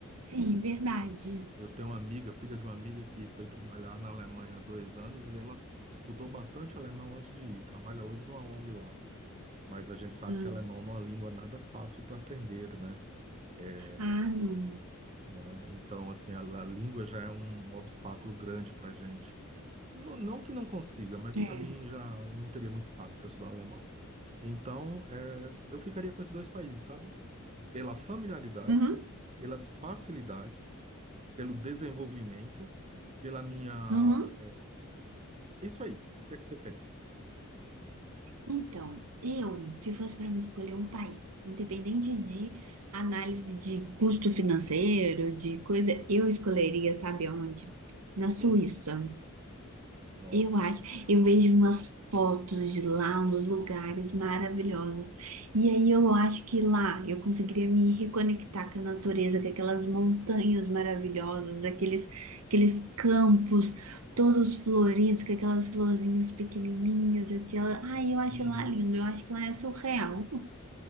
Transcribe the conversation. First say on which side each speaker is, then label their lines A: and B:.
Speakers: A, on the right; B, on the right.
A: Sim, verdade.
B: Eu tenho uma amiga, filha de uma amiga que foi trabalhar na Alemanha há dois anos e ela estudou bastante alemão antes de ir. Trabalha hoje numa ONG lá. Mas a gente sabe
A: Hum.
B: que alemão não é uma língua nada fácil para aprender, né? É,
A: Ah, não.
B: né? Então, assim, a, a língua já é um, um obstáculo grande para gente. Não, não que não consiga, mas
A: É.
B: para mim já eu não teria muito saco para estudar alemão. Então, é, eu ficaria com esses dois países, sabe? Pela familiaridade,
A: Uhum.
B: pelas facilidades, pelo desenvolvimento, pela minha.
A: Uhum.
B: É Isso aí, o que é que você pensa?
A: Então, eu, se fosse para me escolher um país, independente de análise de custo financeiro, de coisa, eu escolheria, sabe aonde? Na Suíça.
B: Hum, nossa.
A: Eu acho, eu vejo umas fotos de lá, uns lugares maravilhosos. E aí eu acho que lá eu conseguiria me reconectar com a natureza, com aquelas montanhas maravilhosas, aqueles, aqueles campos todos floridos, com aquelas florzinhas pequenininhas, aquela... Ai, eu acho
B: Uhum,
A: lá lindo, eu acho que lá é surreal.